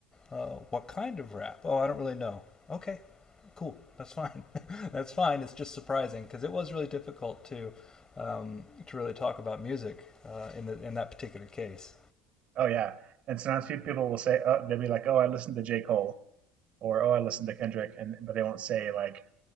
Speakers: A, on the left (about 30°); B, on the right (about 50°).
A: Uh, what kind of rap? Oh, I don't really know. Okay, cool. That's fine. <laughs> That's fine. It's just surprising because it was really difficult to um, to really talk about music uh, in the in that particular case.
B: Oh yeah, and sometimes people will say, oh, they'll be like, "Oh, I listened to J. Cole," or "Oh, I listened to Kendrick," and but they won't say like